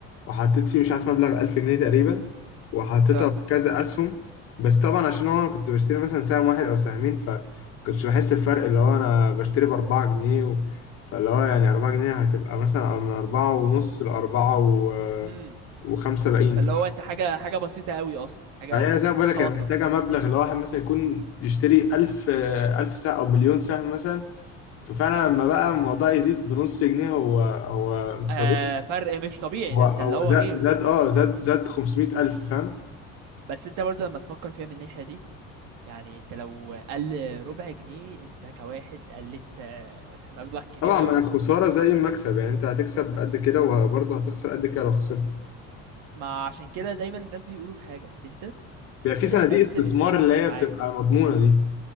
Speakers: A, on the left (about 50°); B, on the right (about 75°).
A: وحطيت فيه مش عارف مبلغ 1000 جنيه تقريبا وحطيتها
B: اه
A: في كذا اسهم بس طبعا عشان هو انا كنت بشتري مثلا سهم واحد او سهمين فكنتش بحس بفرق اللي هو انا بشتري ب 4 جنيه و... فاللي هو يعني 4 جنيه هتبقى مثلا من 4 ونص ل 4 و...
B: امم
A: و75
B: فاللي هو انت حاجه حاجه بسيطه قوي اصلا حاجه
A: فهي
B: انت
A: زي
B: مش
A: ما
B: محسوسها
A: بقول لك هي محتاجة
B: اصلا
A: مبلغ اللي هو واحد مثلا يكون يشتري 1000 1000 سهم أو مليون سهم مثلا ففعلا لما بقى الموضوع يزيد بنص جنيه هو هو مصدر
B: آه فرق مش طبيعي
A: هو
B: ده
A: هو
B: انت اللي هو
A: زاد
B: ايه
A: زاد اه زاد زاد 500000 فاهم
B: بس انت برضه لما تفكر فيها من الناحيه دي يعني انت لو قل ربع جنيه انت كواحد قلت آه، مبلغ كبير
A: طبعا
B: قوي
A: ما خسارة زي المكسب يعني أنت هتكسب قد كده وبرضه هتخسر قد كده لو خسرت
B: ما عشان كده دايما الناس بيقولوا في حاجه ان انت
A: بيبقى في صناديق
B: تقسم
A: استثمار
B: الفلوس
A: اللي هي
B: معاك
A: بتبقى مضمونة دي